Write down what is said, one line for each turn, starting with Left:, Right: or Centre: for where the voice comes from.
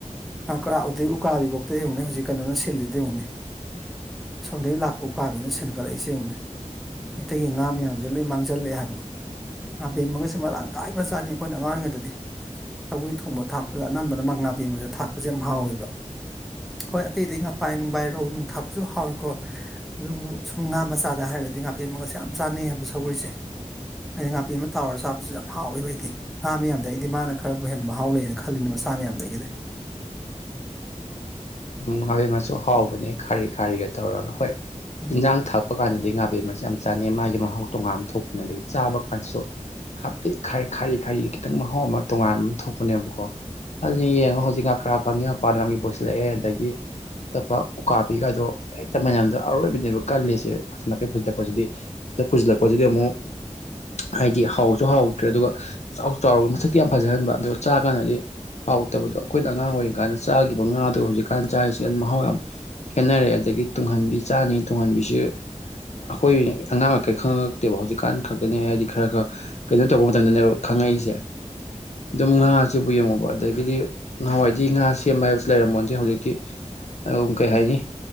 Centre: ꯉꯥꯀꯔꯥ ꯑꯨꯗꯩ ꯎꯀꯥꯕꯤꯕꯧꯗ ꯌꯦꯡꯉꯨꯅꯦ ꯍꯧꯖꯤꯛ ꯀꯩꯅꯣꯅ ꯁꯤꯜꯂꯤꯗ ꯌꯦꯡꯎꯅꯦ ꯑꯁꯣꯝꯗꯒꯤ ꯂꯥꯛꯄ ꯎꯀꯥꯕꯤꯅ ꯁꯦꯟꯒꯠꯂꯛꯏꯁꯦ ꯌꯦꯡꯉꯨꯅꯦ ꯃꯩꯇꯩꯒꯤ ꯉꯥ ꯃꯌꯥꯝꯁꯦ ꯂꯣꯏ ꯃꯥꯡꯖꯜꯂꯛꯑꯦ ꯍꯥꯏꯕ ꯉꯥꯕꯦꯝꯃꯒꯁꯦ ꯃꯔꯥꯡ ꯀꯥꯏ ꯕꯖꯥꯅꯤ ꯑꯩꯈꯣꯏꯅ ꯑꯉꯥꯡ ꯑꯣꯏꯔꯤꯉꯩꯗꯗꯤ ꯁꯧꯒ꯭ꯔꯤ ꯊꯣꯡꯕ ꯊꯥꯛꯄꯗ ꯑꯅꯝꯕꯅ ꯃ ꯉꯥꯕꯦꯝꯃꯖꯦ ꯊꯥꯛꯄꯖꯦ ꯌꯥꯝ ꯍꯥꯎꯋꯦꯕ ꯍꯣꯏ ꯑꯇꯩ ꯑꯇꯩ ꯉꯥꯄꯥꯏ ꯅꯨꯡꯕꯥꯏ ꯔꯧ ꯅꯨꯡ ꯊꯥꯛꯄꯁꯨ ꯍꯥꯎꯏꯀꯣ ꯗꯨꯕꯨ ꯁꯨꯝ ꯉꯥ ꯃꯆꯥꯗ ꯍꯥꯏꯔꯒꯗꯤ ꯉꯥꯄꯦꯝꯃꯒꯁꯦ ꯌꯥꯝ ꯆꯥꯅꯩ ꯍꯥꯏꯕ ꯁꯒ꯭ꯔꯤꯁꯦ ꯑꯩ ꯉꯥꯄꯦꯝꯃ ꯇꯥꯎꯔ ꯆꯥꯕꯁꯨ ꯌꯥꯝ ꯍꯥꯎꯌꯦꯕ ꯑꯩꯗꯤ ꯉꯥ ꯃꯌꯥꯝꯗ ꯑꯩꯗꯤ ꯃꯥꯅ ꯈꯔꯕꯨ ꯍꯦꯟꯅ ꯃꯍꯥꯎ ꯂꯩꯌꯦꯅ ꯈꯜꯂꯤꯅꯤ ꯃꯆꯥ ꯃꯌꯥꯝꯗꯒꯤꯗꯤ
Left: ꯎꯝ ꯉꯥꯕꯦꯝꯃꯁꯨ ꯍꯥꯎꯕꯅꯦ ꯈꯥꯔꯤ ꯈꯥꯔꯤꯒ ꯇꯧꯔꯒ ꯍꯣꯏ
Centre: ꯎꯝ
Left: ꯏꯟꯖꯥꯡ ꯊꯥꯛ ꯄ ꯀꯥꯟꯗꯗꯤ ꯉꯥꯕꯦꯝꯃꯁꯦ ꯌꯥꯝ ꯆꯥꯅꯩ ꯃꯥꯒꯤ ꯃꯍꯥꯎ ꯇꯣꯉꯥꯟ ꯑꯝ ꯊꯣꯛꯄꯅꯦ ꯑꯗꯒꯤ ꯆꯥꯕ ꯀꯥꯟꯗꯁꯨ ꯍꯥꯄꯤꯠ ꯈꯔꯤ ꯈꯥꯔꯤ ꯈꯔꯤ ꯈꯤꯇꯪ ꯃꯍꯥꯎ ꯑꯃ ꯇꯣꯉꯥꯟꯕ ꯑꯝ ꯊꯣꯛꯄꯅꯦꯕꯀꯣ ꯑꯗꯨꯅꯤ ꯌꯦꯡꯉꯣ ꯍꯧꯖꯤꯛ ꯉꯥꯀ꯭ꯔꯥ ꯐꯪꯉꯦ ꯃꯄꯥꯟ ꯂꯝꯒꯤ ꯄꯨꯁꯤꯜꯂꯛꯑꯦ ꯑꯗꯒꯤ ꯑꯇꯣꯞꯄ ꯎꯀꯥꯄꯤꯒꯥꯏꯗꯣ ꯍꯦꯛꯇ ꯃꯌꯥꯝꯗꯣ ꯑꯔꯣꯏꯕꯤꯅꯦꯕ ꯀꯜꯂꯤꯁꯤ ꯑꯁꯣ ꯅꯥꯀꯩ ꯄꯨꯖꯤꯂꯛꯄꯖꯤꯗꯤ ꯁꯤꯗ ꯄꯨꯨꯖꯤꯜꯂꯛꯄꯖꯤꯗꯤ ꯑꯃꯨꯛ ꯍꯥꯏꯗꯤ ꯍꯥꯎꯁꯨ ꯍꯥꯎꯇ꯭ꯔꯦ ꯑꯗꯨꯒ ꯆꯥꯎ ꯆꯥꯎꯔꯒ ꯃꯁꯛꯇꯤ ꯌꯥꯝ ꯐꯖꯍꯟꯕ ꯑꯗꯨꯒ ꯆꯥꯔꯀꯥꯟꯗꯗꯤ ꯍꯥꯎꯇꯕꯗꯣ ꯑꯈꯣꯏꯅ ꯑꯉꯥꯡ ꯑꯣꯏꯔꯤ ꯀꯥꯟꯗ ꯆꯥꯒꯤꯕ ꯉꯥꯗꯣ ꯍꯧꯖꯤꯛꯀꯥꯟ ꯆꯥꯏꯁꯤꯒ ꯃꯍꯥꯎ ꯌꯥꯝ ꯈꯦꯠꯅꯔꯑꯦ ꯑꯗꯒꯤ ꯇꯨꯡꯍꯟꯕꯤ ꯆꯥꯅꯤ ꯇꯨꯡꯍꯟꯕꯤꯁꯨ ꯑꯈꯣꯏꯒꯤ ꯑꯉꯥꯡ ꯑꯣꯏꯀꯩ ꯈꯪꯉꯛꯇꯦꯕ ꯍꯧꯖꯤꯛꯀꯥꯟ ꯈꯛꯇꯅꯦ ꯍꯥꯏꯗꯤ ꯈꯔ ꯈ ꯀꯩꯅꯣ ꯇꯧꯕ ꯃꯇꯝꯗꯅꯦꯕ ꯈꯪꯉꯛꯏꯖꯦ ꯗꯨꯝ ꯉꯥꯥ ꯁꯤꯕꯨ ꯌꯦꯡꯉꯣꯕ ꯑꯗꯒꯤꯗꯤ ꯆꯍꯥꯋꯥꯏꯗꯤ ꯉꯥ ꯁꯦꯝꯕ ꯍꯥꯏꯕꯁꯨ ꯂꯩꯔꯝꯃꯣꯟꯇꯦ ꯍꯧꯖꯤꯛꯇꯤ ꯑꯎꯝ ꯀꯩ ꯍꯥꯏꯅꯤ